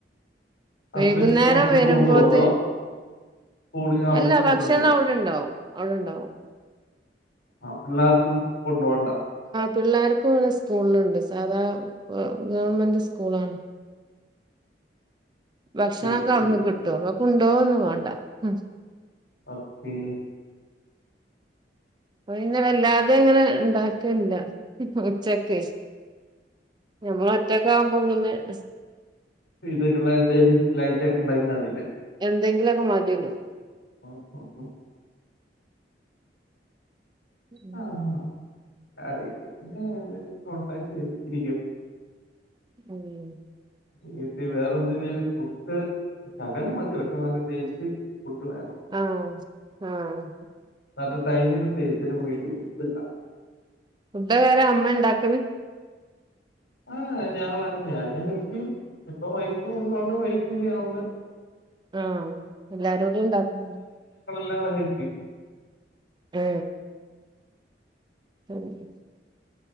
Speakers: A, on the left; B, on the right.
A: ഹസ്ബൻഡ്
B: വൈകുന്നേരം
A: ഫുഡ്
B: വരുമ്പോഴേത്തെ
A: കൊണ്ടുപോകുമോ അതോ സ്കൂളിൽ അവിടുന്ന്
B: അല്ല
A: ഫുഡ്
B: ഭക്ഷണം
A: ഉണ്ടോ
B: അവിടെ ഉണ്ടാകും അവിടെ ഇണ്ടാവും
A: പിള്ളാർക്കും കൊണ്ട് പോണ്ട
B: പിള്ളാർക്ക് സ്കൂളിൽ ഇണ്ട് സാധാ ഗവണ്മെന്റ് സ്കൂൾ ആണ് ഭക്ഷണം
A: ശരി
B: ഒക്കെ
A: ശരി
B: അവിടുന്ന് കിട്ടും
A: ശരി
B: മാണ്ട ഉം
A: മത്തി
B: പ്പൊ പിന്നെ വെല്ലാതെങ്ങനെ ഇണ്ടാക്കലില്ല ഉച്ചക്ക് നമ്മൾ ഒറ്റക്കാവുമ്പോ പിന്നെ <unintelligible>
A: <unintelligible>
B: എന്തെങ്കിലൊക്കെ മതിയല്ലോ
A: <unintelligible>
B: <unintelligible>
A: ആ. ആ, <unintelligible>
B: മ് മ്
A: വീട്ടിൽ വേറെ എന്തെങ്കിലും ഫുഡ് ശെകലം മതി പക്ഷെ നല്ല ടേസ്റ്റ് ഫുഡ്‌ വേണം
B: ആഹ് ആഹ്
A: <unintelligible> <unintelligible>
B: ഫുഡോക്കെ ‌ ആരാ അമ്മ ഇണ്ടാക്കല്
A: ആ ഞങ്ങളെന്നെയാ ഞാനും ഹെല്പ് ചെയ്യും ഇപ്പോ വൈഫ്‌ ഉള്ളത് കൊണ്ട് വൈഫും ചെയ്യുന്നുണ്ട്
B: ആ എല്ലാരുടേം ഇണ്ടാക്കണേ
A: ആ ഹെല്പ്പെയ്യും
B: ഏ <unintelligible>